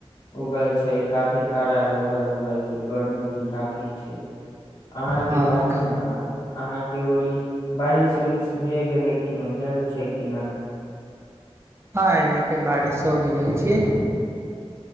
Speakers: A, on the left (about 45°); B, on the right (about 25°).
A: उगल छै काफी कड़ा रौदा उगल छै गर्मी भी काफी छै अहाँके
B: हँ
A: बाजू ने अहाँके ओरी बारिश उरिश भए गेलै किना भेल छै किना
B: हँ एने के बारिश हो गेलै छी